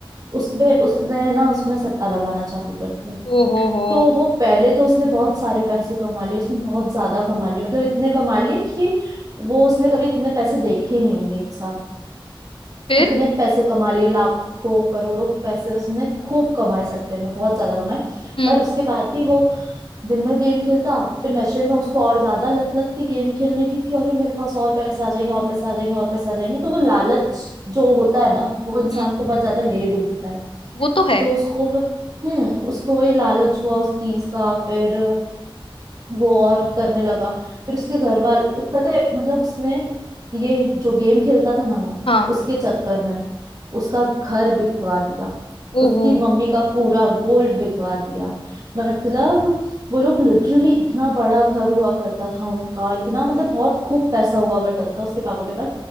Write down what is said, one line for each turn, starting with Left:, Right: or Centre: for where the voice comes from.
Right: उसमें उसने ना उसमें सट्टा लगाना चालू कर दिया
Left: ओहो हो
Right: तो वो पहले तो उसने बहुत सारे पैसे कमा लिए उसने बहुत ज्यादा कमा लिए मतलब इतने कमा लिए कि वो उसने कभी इतने पैसे देखे ही नहीं होंगे एक साथ
Left: फिर
Right: इतने पैसे कमा लिए लाखों करोड़ों पैसे उसने खूब कमाए सट्टे में बहुत ज्यादा कमाए
Left: हम्म
Right: पर उसके बाद भी वो दिन में गेम खेलता फिर नशे में उसको और ज्यादा लत लगती गेम खेलने की कि अरे मेरे पास और पैसे आ जाएंगे और पैसे आ जाएंगे और पैसे आ जाएंगे तो वो लालच जो होता है ना वो इंसान
Left: हम्म
Right: को बहुत ज्यादा ले डूबता है
Left: वो तो है
Right: तो उसको वो- हम्म उसको वही लालच हुआ उस चीज का फिर वो और करने लगा फिर उसके घर वाल पता है मतलब उसने ये जो गेम खेलता था ना वो
Left: हाँ
Right: उसके चक्कर में उसका घर बिकवा दिया उसकी
Left: ओहो
Right: मम्मी का पूरा गोल्ड बिकवा दिया मतलब वो लोग लिटरली इतना बड़ा घर हुआ करता था उनका इतना मतलब बहुत खूब पैसा हुआ करता था उसके पापा के पास